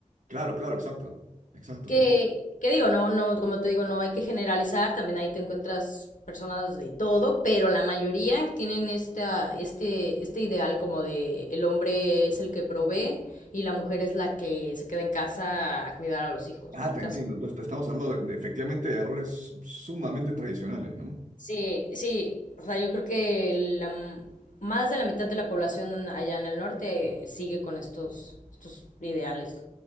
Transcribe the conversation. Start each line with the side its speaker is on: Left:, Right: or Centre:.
Right: Claro, claro, exacto, exacto.
Left: Que, que digo, no, no, como te digo, no hay que generalizar, también ahí te encuentras personas de todo, pero la mayoría tienen esta, este, este ideal como de el hombre es el que provee y la mujer es la que se queda en casa a cuidar a los hijos,
Right: Ah,
Left: ¿no?
Right: te entiendo. Entonces, estamos hablando de- de- efectivamente de roles sumamente tradicionales, ¿no?
Left: Sí, sí, o sea, yo creo que la, m- más de la mitad de la población allá en el norte sigue con estos, estos ideales